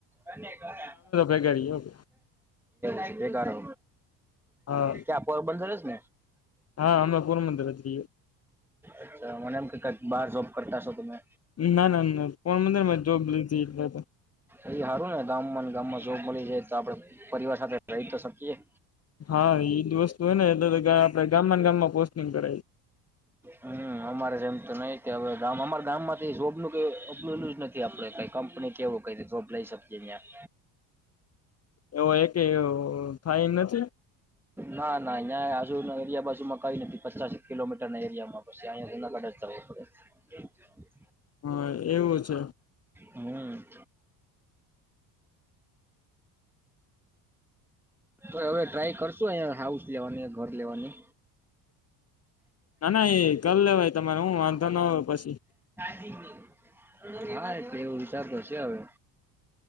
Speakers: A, in the centre; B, on the left (about 30°).
A: અને <unintelligible>
B: કરીડી ઓ <unintelligible>
A: એ બેગારો
B: હા
A: ત્યાં પોરબંદર રજ હ
B: હા આમાં કો મંદર નથી
A: અચ્છા મને એમ કેઈક બાર જોબ કરતા છો તમે
B: ના ના ના કોણ મ જોબધ એટલે
A: એ હારું ને ગામમાં ગામમાં જોબ મળી જાય તો આપડે પરિવાર સાથે રહી તો શકીયએ
B: હા એજ વસ્તુ હોય ને એટલે આપડે ગામમાં ને ગામમાં પોસ્ટિંગ કરાય
A: હમ અમારે જેમ તો નહી હવે ગામ અમારા ગામ માંથી જોબનુંબ લું જ નથી આપડે કઈ કંપની કેવું કઈ જોબ લઇ શકીએ અહં
B: એવો એક થાય નથી
A: ના ના અહીં આજુ એરિયા બાજુમાં કઈ નથી પચાસ કિલોમીટર ના એરિયામાં પ અઢ જ જ પડે
B: હા એવું છે
A: હમ તો હવે ટ્રાય કરશો અ હાઉસ લેવાની ઘર લેવાની
B: ના ના એ કલ લેવાય તમારે હું વાંધો ન આવે પછી
A: હા એટલે એવું વિચારતો હ છે હવે